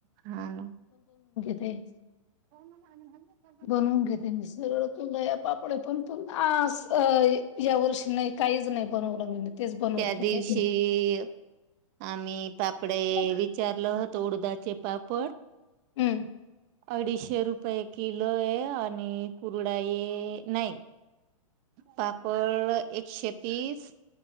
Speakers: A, on the right; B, on the left.
A: हा ना.
B: तेच.
A: <unintelligible>
B: बनवून घेते मी सरळ कुरडया पापड पण, पण आसय -या वर्षी नाही काहीच- नाही बनवलं <unintelligible>
A: त्या
B: होते
A: दिवशी आम्ही पापडे
B: हम्म
A: विचारल होत? ऊडदाचे पापड.
B: हम्म.
A: अडीचशे रुपये किलो ये आणि कुरडाई -नाही. पापड एकशे तीस